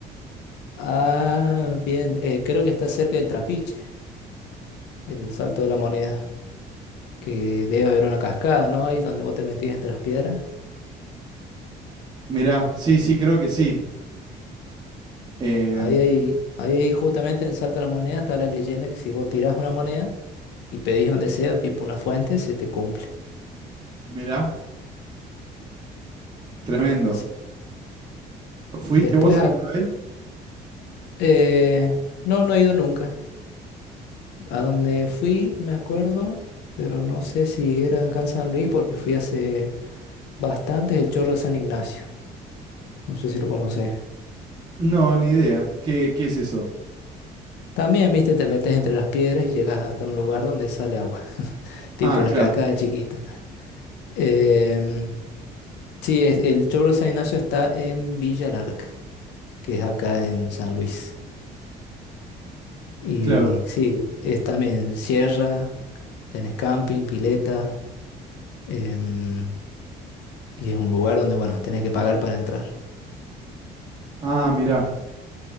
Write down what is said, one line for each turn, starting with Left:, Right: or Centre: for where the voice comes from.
Left: Ah, bien, eh, creo que está cerca del Trapiche. El salto de la moneda, que debe haber una cascada, ¿no? Ahí donde vos te metías entre las piedras.
Right: Mirá, sí, sí, creo que sí. Eh,
Left: Ahí, hay- ahí, justamente en el salto de la moneda está la leyenda que si vos tirás una moneda y pedís un deseo, tipo una fuente, se te cumple.
Right: mirá, tremendo.
Left: Así.
Right: ¿Fuiste
Left: Después,
Right: vos alguna
Left: a-
Right: vez?
Left: eh, no, no he ido nunca. A donde fui, me acuerdo, pero no sé si era acá en San Luis porque fui hace bastante, el Chorro de San Ignacio. No sé si lo conocés.
Right: No, ni idea. ¿Qué, qué es eso?
Left: También, viste, te metes entre las piedras y llegas hasta un lugar donde sale agua, <laughs> tipo
Right: Ah,
Left: una
Right: claro,
Left: cascada chiquita. Em, sí, es- el Choro San Ignacio está en Villa Larca, que es acá en San Luis. Y
Right: claro.
Left: sí, es también sierra, tenés camping, pileta, em, y es un lugar donde, bueno, tenés que pagar para entrar.
Right: Ah, mirá.